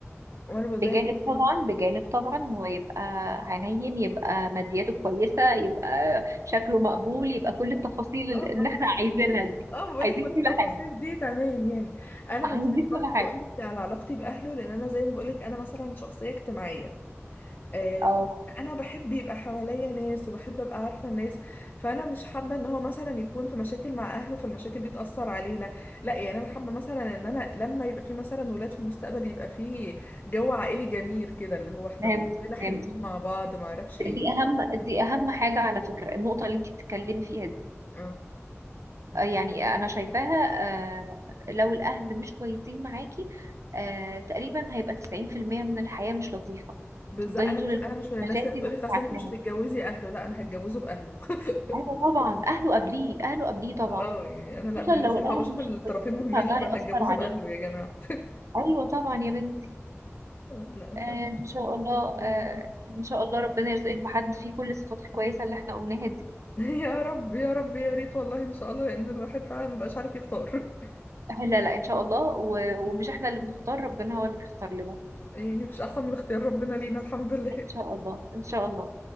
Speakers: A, on the left; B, on the right.
A: وانا بقول
B: بجانب
A: زي ما-
B: طبعا بجانب طبعا هو يبقى حنين يبقى مادياته كويسة يبقى شكله مقبول يبقى كل التفاصيل ال-
A: اه ما
B: اللي
A: انا
B: احنا
A: بقول
B: عايزينها
A: لك
B: دي
A: اه بقول
B: عايزين
A: لك كل
B: كل
A: التفاصيل
B: حاجة
A: دي تمام يعني انا
B: عايزين
A: بالنسبه لي برضه
B: كل حاجة
A: بقول لك على علاقتي باهله لان انا زي ما بقول لك انا مثلا شخصيه اجتماعيه آه،
B: اه
A: فأنا- انا بحب يبقى حواليا ناس وبحب ابقى عارفه الناس فانا مش حابه ان هو مثلا يكون في مشاكل مع اهله فالمشاكل دي تاثر علينا لا يعني انا حابه مثلا ان انا لما يبقى في مثلا ولاد في المستقبل يبقى في جو عائلي جميل كده اللي هو احنا
B: فهمت
A: كلنا حلوين
B: فهمت
A: مع بعض ما اعرفش ايه
B: دي اهم دي اهم حاجة على فكرة النقطة اللي انت بتتكلمي فيها دي
A: اه
B: آه، يعني انا شايفاها آه، لو الاهل مش كويسين معاكي آه، تقريبا هيبقى 90% من الحياة مش لطيفة
A: بالظبط
B: تفضلي
A: انا
B: طول
A: مش
B: الوقت
A: انا مش من
B: في
A: الناس
B: مشاكل
A: اللي تقولي
B: ومتعكنها
A: خلاص انت مش هتتجوزي اهله لا انا هتجوزه باهله <laughs>
B: ايوه طبعا اهله قبليه اهله قبليه طبعا
A: اه يعني انا لا
B: خصوصا
A: من الناس
B: لو
A: اللي
B: الاهل
A: هو بشوف
B: مش
A: الطرفين
B: كويسين
A: مهمين
B: فده
A: لا ما
B: هيأثر
A: انا هتجوزه
B: عليك
A: باهله يا جماعه <laughs>
B: ايوه طبعا يا بنتي
A: لا
B: آه، ان شاء الله آه، ان شاء الله ربنا يرزقك بحد فيه كل الصفات الكويسة اللي احنا قلناها دي
A: <laughs> يا رب يا رب يا ريت والله ان شاء الله لان الواحد فعلا مبقاش عارف يختار <laughs>
B: آه، لا لا ان شاء الله و- ومش احنا اللي بنختار ربنا هو اللي بيختار لنا
A: يعني مش احسن من اختيار ربنا لينا الحمد لله
B: ان شاء الله ان شاء الله